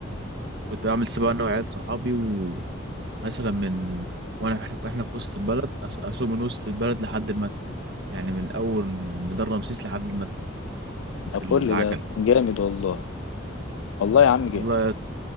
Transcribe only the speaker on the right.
كنت بعمل سباق انا وعيال صحابي و... مثلا من وانا واحنا في وسط البلد أس- اسوق من وسط البلد لحد المتحف يعني من اول ميدان رمسيس لحد المتحف
بالعجله
والله يا-